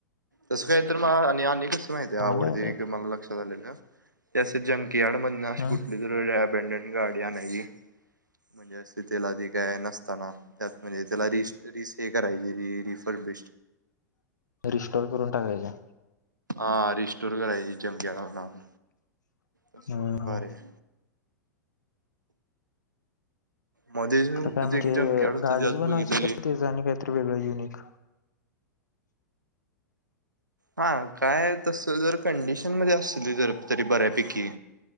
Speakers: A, on the right; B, on the left.
A: तसं काय तर म आणि आण कस मा
B: चांगलं
A: आवडते
B: आहे ते.
A: म लक्षात आले जंकयाड म्हण
B: हम्म
A: कुठ अपेंडट गाडी आणायची म्हणजे अस त्याला त काय नस ता त्यात म्हणजे त्याला रि रि हे करायची र रिफंड बि
B: रिस्टॉर करून टाकायच
A: आ रिस्टोर करायची जमकस बर तस मग
B: हम्म हम्म.
A: भारिय मध्येच मी
B: तर
A: कुठं
B: काय म्हणजे
A: ते एक जंकयार्ड होतं
B: गाडीज
A: ते आज
B: बनवायची
A: बघितलेली.
B: काय ते जा आणि काहीतरी वेगळं युनिक
A: हा काय तस जर कंडिशन मध्ये असली जर तरी बऱ्यापैकी